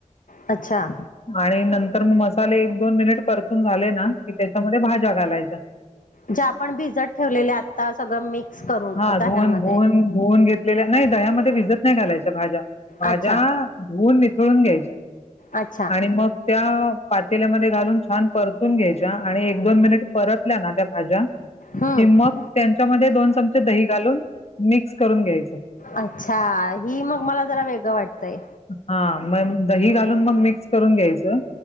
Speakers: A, on the left; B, on the left.
A: अच्छा
B: आणि नंतर मग मसाले एक दोन मिनिट परतून झाले ना की त्याच्यामध्ये भाज्या घालायच्या.
A: जे आपण भिजत ठेवलेले आता सगळं मिक्स करून
B: हां,
A: दह्यामध्ये?
B: धुवून धुवून धुवून घेतलेल्या नाही दह्यामध्ये भिजत नाही घालायच्या भाज्या, भाज्या
A: अच्छा
B: धुवन ळून घ्यायच्या
A: अच्छा
B: आणि मग त्या पातेल्यामध्ये घालून छान परतून घ्यायच्या आणि एक दोन मिनिट परतल्या ना त्या भाज्या
A: हम्म
B: कि मग त्यांच्यामध्ये दोन चमचे दही घालून मिक्स करून घ्यायचं.
A: अच्छा हि मग मला जरा वेगळं वाटतंय.
B: हा मग दही घालून मग मिक्स करून घ्यायचं